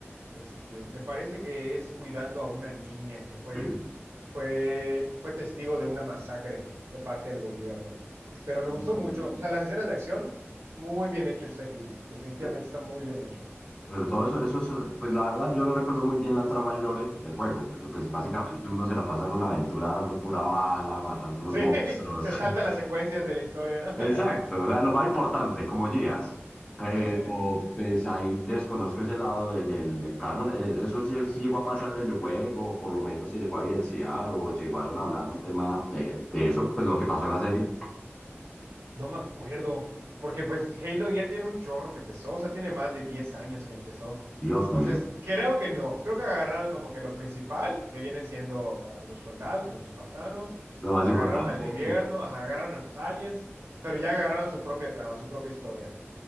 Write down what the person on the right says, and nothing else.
este, me parece que es cuidando a una niña que fue,
fue, fue testigo de una masacre de parte del gobierno. Pero me
gustó mucho, o sea, las escenas de acción, muy bien hecho el CGI, definitivamente
está muy bien hecho.
Ujú.
Sí,
<laughs> te
salta las secuencias de la historia, ¿no? <laughs>
Sí, sí.
No me acuerdo. Porque pues Halo ya tiene un chorro que empezó, o sea, tiene más de 10 años que empezó.
Entonces,
creo que no. Creo que agarraron como que lo principal, que viene siendo a los soldados, a los espartanos,
agarraron
al gobierno,
ajá, agarraron a los aliens, pero ya agarraron su propia trama, su propia historia.